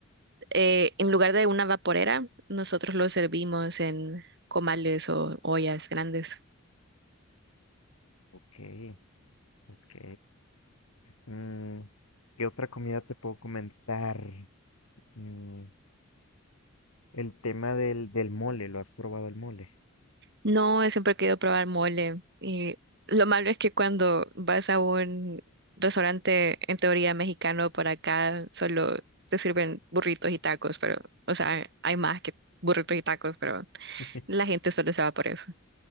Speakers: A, on the right (about 50°); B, on the left (about 85°).
A: eh, en lugar de una vaporera, nosotros lo servimos en comales o ollas grandes.
B: Ok, ok. Mm, ¿qué otra comida te puedo comentar? Mm, el tema del, del mole, ¿lo has probado el mole?
A: No, siempre he querido probar mole. Y lo malo es que cuando vas a un restaurante, en teoría mexicano, por acá solo te sirven burritos y tacos, pero, o sea, hay más que burritos y tacos, pero
B: <laughs>
A: la gente solo se va por eso.